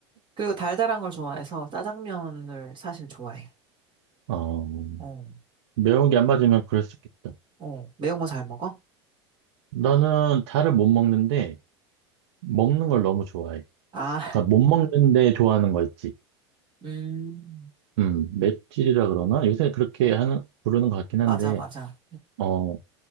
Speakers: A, on the right; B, on the right.
A: 그리고 달달한 걸 좋아해서 짜장면을 사실 좋아해.
B: 어,
A: 어,
B: 매운 게 안 맞으면 그럴 수 있겠다.
A: 어, 매운 거 잘 먹어?
B: 나는 달을 못 먹는데, 먹는 걸 너무 좋아해.
A: 아,
B: 그러니까
A: <laughs>
B: 못 먹는데 좋아하는 거 있지.
A: 음,
B: 음, 맷질이라 그러나? 요새 그렇게 하는, 부르는 것 같긴 한데,
A: 맞아, 맞아.
B: 어,